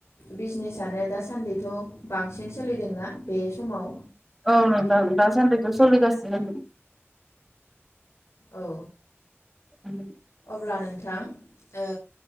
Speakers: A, on the left (about 85°); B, in the centre.
A: बिजनेसानो दासान्दिथ' बांसिन सोलिदोंना बे समाव
B: औ नोंथां दासान्दिखौ सोलिगासिनो
A: औ।
B: उम
A: अब्ला नोंथां ओ